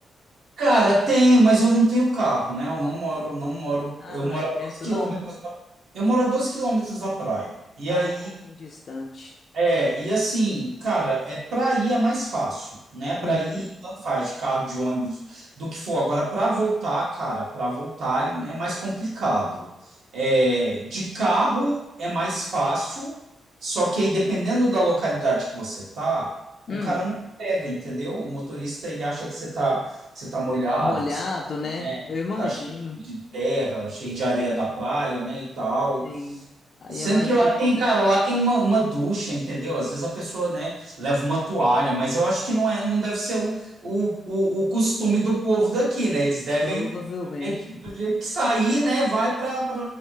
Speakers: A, on the right; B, on the left.
A: Cara, tenho, mas eu não tenho carro, né? Eu não moro, não moro.
B: Ah,
A: Eu
B: não
A: moro
B: é perto,
A: a 12 quilômetros
B: não?
A: da, eu moro a 12 quilômetros da praia. E
B: Ah,
A: aí
B: um pouquinho distante.
A: É, e assim, cara, é para ir é mais fácil, né? Para
B: Uhum.
A: ir, tanto faz, de carro, de ônibus, do que for. Agora, para voltar, cara, para voltar é, é mais complicado. É, de carro é mais fácil, só que aí dependendo da localidade que você tá, o
B: Hum,
A: cara não pega, entendeu? O motorista ele acha que você tá, você tá molhado,
B: molhado,
A: que você,
B: né?
A: né,
B: Eu imagino.
A: tá cheio de terra, cheio de areia da praia, né, e tal.
B: Sim. Aí
A: Sendo
B: é mais
A: que lá
B: difícil.
A: tem, cara, lá tem uma, uma ducha, entendeu? Às vezes a pessoa, né, leva uma toalha, mas eu acho que não é, não deve ser o, o, o, o costume do povo daqui, né? Eles devem,
B: Provavelmente.
A: é, do jeito que sair, né, vai para